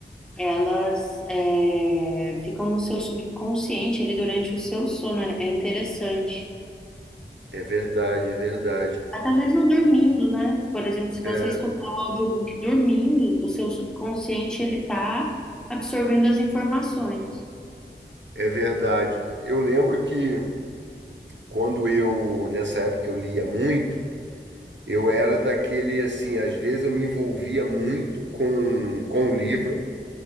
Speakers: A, in the centre; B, on the right.
A: elas é, ficam no seu subconsciente ali durante o seu sono. É é interessante.
B: É verdade, é verdade.
A: Até mesmo dormindo, né? Por exemplo, se você
B: É
A: escutar o audiobook dormindo, o seu subconsciente ele tá absorvendo as informações.
B: é verdade. Eu lembro que quando eu, nessa época, eu lia muito, eu era daquele assim, às vezes eu me envolvia muito com, com o livro